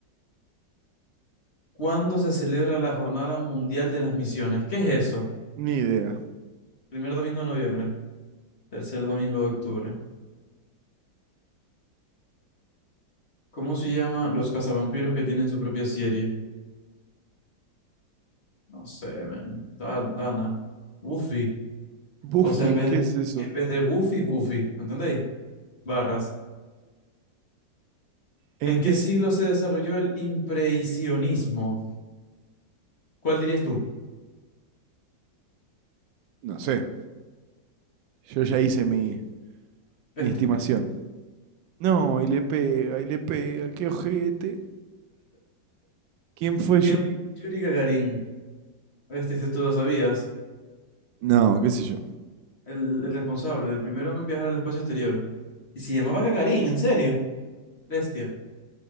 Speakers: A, on the left (about 35°); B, on the right (about 85°).
A: ¿Cuándo se celebra la Jornada Mundial de las Misiones? ¿Qué es eso?
B: Ni idea.
A: Primer domingo de noviembre. Tercer domingo de octubre. ¿Cómo se llama los cazavampiros que tienen su propia serie? No sé, man. Da- Dana. Buffy.
B: Buffy,
A: O sea, en
B: ¿qué
A: vez de,
B: es eso?
A: en vez de Goofy, Buffy. ¿Entendéis? Barras.
B: ¿En
A: ¿En
B: qué
A: qué
B: si-
A: siglo se desarrolló el impresionismo? ¿Cuál dirías tú?
B: No sé. Yo ya hice mi,
A: Este.
B: mi estimación. No, y le pega, y le pega, qué ojete. ¿Quién fue
A: ¿Quién
B: Yuri?
A: fue Yuri Gagarin? Este, este tú lo sabías.
B: No, qué sé yo.
A: El, el responsable, el primer hombre en viajar al espacio exterior. Y se llamaba Gagarin, ¿en serio? Bestia.